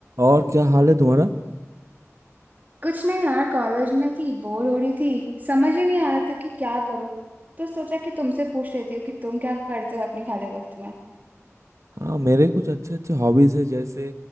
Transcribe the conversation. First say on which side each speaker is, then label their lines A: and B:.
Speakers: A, on the right; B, on the right.
A: और क्या हाल है तुम्हारा
B: कुछ नहीं यार कॉलेज में थी बोर हो रही थी समझ ही नहीं आ रहा था कि क्या करूं तो सोचा कि तुमसे पूछ लेती हूँ कि तुम क्या करते हो अपने खाली वक्त में
A: हाँ मेरे कुछ अच्छे अच्छे हॉबीज है जैसे